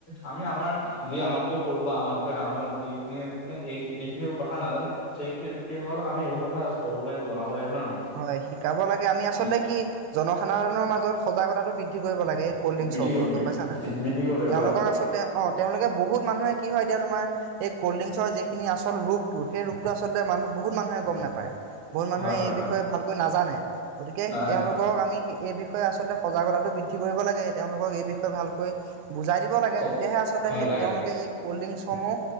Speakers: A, on the left; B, on the right.
A: আমি আমাৰ যি আমাতকৈ সৰু বা আমাতকৈ ডাঙৰ যিখিনি মানে এই এইখিনি কথা নাজানে সেই সেই সকলক আমি এইবোৰ কথা ক'ব লাগে জনাব লাগে। হয় নে নহয়?
B: হয় শিকাব লাগে আমি আচলতে
A: উম
B: কি জনসাধাৰণৰ মাজত সজাগতাটো বৃদ্ধি কৰিব লাগে এই কল্ড ড্ৰিংকচৰ
A: বৃদ্ধি
B: উপৰত গম পাইছা নাই?
A: বৃদ্ধি কৰিব লাগে
B: তেওঁলোকক
A: হয় হয়
B: আচলতে অ তেওঁলোকে বহুত মানুহে কি হয় এতিয়া তোমাৰ এই কল্ড ড্ৰিংকচৰ যিখিনি আচল ৰূপটো সেই ৰূপটো আচলতে মানুহ বহুত মানুহে গম নাপায় বহুত মানুহে
A: হয় হয়
B: এই
A: হয়
B: বিষয়ে ভালকৈ নাজানে গতিকে
A: নাজানে
B: তেওঁলোকক
A: হয় হয়
B: আমি এই বিষয়ে বিষয়ে আচলতে সজাগতাটো বৃদ্ধি কৰিব লাগে, তেওঁলোকক এই বিষয়ে ভালকৈ বুজাই দিব লাগে
A: ক
B: তেতিয়াহে আচলতে
A: হয়
B: সেই
A: লাগে
B: তেওঁলোকে
A: লাগে
B: এই কল্ড ড্ৰিংকছ সমূহ